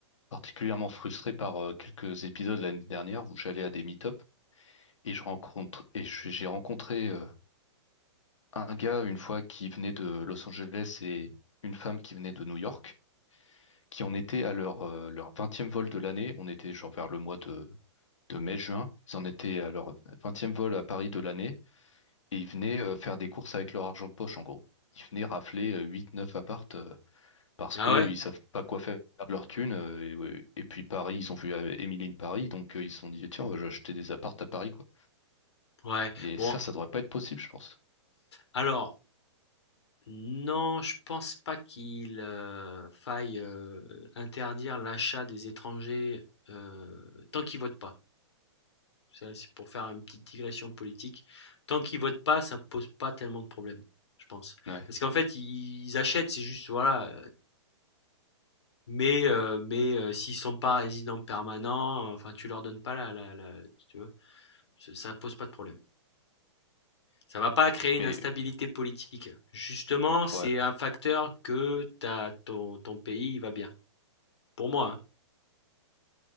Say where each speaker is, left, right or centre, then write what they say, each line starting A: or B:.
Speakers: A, on the left (about 80°); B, on the left (about 60°).
A: particulièrement frustré par euh, quelques épisodes l'année dernière où j'allais à des meet-up Et je rencontre, et je- j'ai rencontré euh, un gars une fois qui venait de Los Angeles et une femme qui venait de New York, qui en étaient à leur, euh, leur 20 vol de l'année. On était genre vers le mois de, de mai-juin. Ils en étaient à leur vingtième vol à Paris de l'année et ils venaient euh, faire des courses avec leur argent de poche en gros. Ils venaient rafler euh, huit, neuf appartes euh, parce
B: Ah
A: qu'ils
B: ouais?
A: savent pas quoi faire de leur thune. euh, et, et puis Paris, ils ont vu euh, Emily in Paris, donc euh, ils se sont dit, tiens, on va acheter des appartes à Paris, quoi.
B: Ouais.
A: Et
B: Bon,
A: ça, ça devrait pas être possible, je pense.
B: alors non, je pense pas qu'il, heu, faille, heu, interdire l'achat des étrangers, heu, tant qu'ils votent pas. Ça, c'est pour faire une petite digression politique. Tant qu'ils votent pas, ça pose pas tellement de problèmes, je pense.
A: Ouais.
B: Parce qu'en fait, ils ils achètent, c'est juste voilà, Mais, euh, mais euh, s'ils sont pas résidents permanents, euh, enfin, tu leur donnes pas la, la, la- tu vois, ça ça pose pas de problème. Ça va pas créer une
A: Mais
B: instabilité politique. Justement, c'est
A: ouais.
B: un facteur que t'as, ton, ton pays il va bien. Pour moi. hein.